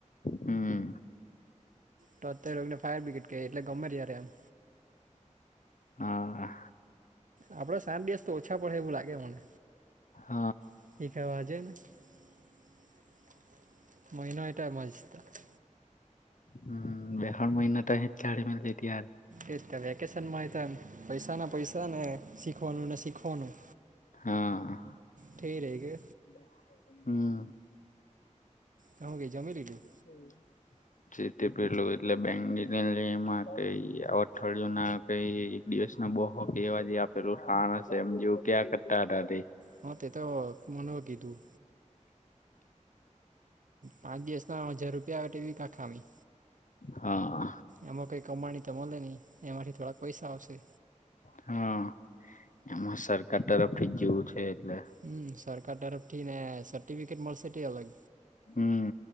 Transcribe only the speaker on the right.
તો અત્યારે લોકોને ફાયર્રિગેડ કેય એટલે ગમે ત્યારે આવે.
આપડે સાત દિવસ તો ઓછા પડે એવું લાગે મને.
<unintelligible>
એજ તો વેકેશનમાં એતો પૈસાના પૈસાને શીખવાનું ને શીખવાનું.
થેય રેય કે.
હ કેઈ જમી લીધું.
હા, તેતો મને કીધું. પાંચ દિવસ ના હજાર રૂપિયા અઠેવી કા ખામી.
એમાં કંઈ કમાણી તો મળે નહી એમાંથી થોડાક પૈસા આવશે.
હું સરકાર તરફથીને સર્ટિફિકેટ મળશે તે અલગ.